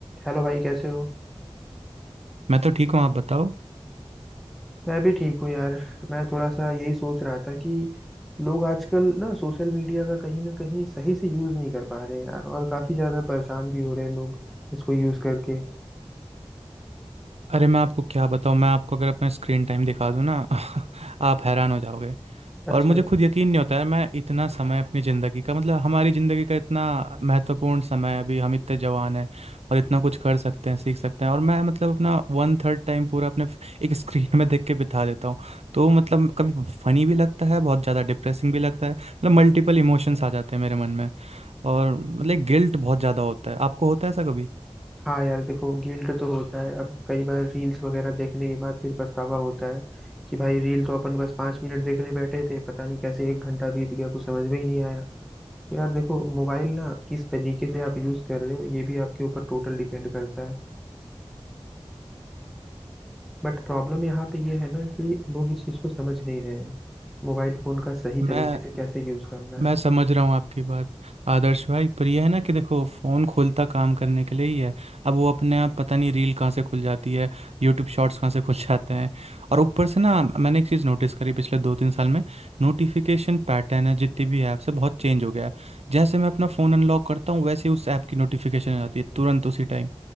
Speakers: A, in the centre; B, on the right.
A: Hello भाई कैसे हो
B: मैं तो ठीक हूँ आप बताओ
A: मैं भी ठीक हूँ यार मैं थोड़ा सा यही सोच रहा था कि लोग आजकल ना सोशल मीडिया का कहीं ना कहीं सही से यूज़ नहीं कर पा रहे हैं यार और काफ़ी ज़्यादा परेशान भी हो रहे हैं लोग इसको यूज़ करके
B: अरे मैं आपको क्या बताऊँ मैं आपको अगर अपना स्क्रीन टाइम दिखा दूँ ना <laughs> आप हैरान हो जाओगे
A: अच्छा
B: और मुझे खुद यकीन नहीं होता है मैं इतना समय अपनी ज़िंदगी का मतलब हमारी ज़िंदगी का इतना महत्वपूर्ण समय है अभी हम इतने जवान हैं और इतना कुछ कर सकते हैं सीख सकते हैं और मैं मतलब अपना वन थर्ड टाइम पूरा अपने फ- एक स्क्रीन में देख के बिता देता हूँ तो मतलब कभी फनी भी लगता है बहुत ज़्यादा डिप्रेसिंग भी लगता है मतलब मल्टीपल इमोशंस आ जाते हैं मेरे मन में और मतलब गिल्ट बहुत ज़्यादा होता है आपको होता है ऐसा कभी
A: हाँ यार देखो गिल्ट तो होता है अब कई बार रील्स वगैरह देखने के बाद फिर पछतावा होता है कि भाई रील तो अपन बस पाँच मिनट देखने बैठे थे पता नहीं कैसे एक घंटा बीत गया कुछ समझ में ही नहीं आया तो यार देखो मोबाइल ना किस तरीके से आप यूज़ कर रहे हो ये भी आपके ऊपर टोटल डिपेंड करता है बट प्रॉब्लम यहाँ पे ये है ना कि लोग इस चीज को समझ नहीं रहे हैं मोबाइल फोन का सही
B: मैं
A: तरीके से कैसे यूज करना है
B: मैं समझ रहा हूँ आपकी बात आदर्श भाई पर यह है ना कि देखो फ़ोन खोलता काम करने के लिए ही है अब वो अपने आप पता नहीं रील कहाँ से खुल जाती है यूट्यूब शॉर्ट्स कहाँ से खुल जाते हैं और ऊपर से ना मैंने एक चीज़ नोटिस करी पिछले दो तीन साल में नोटिफिकेशन पैटर्न है जितनी भी ऐप्स है बहुत चेंज हो गया है जैसे मैं अपना फ़ोन अनलॉक करता हूँ वैसे ही उस ऐप की नोटिफिकेशन आ जाती है तुरंत उसी टाइम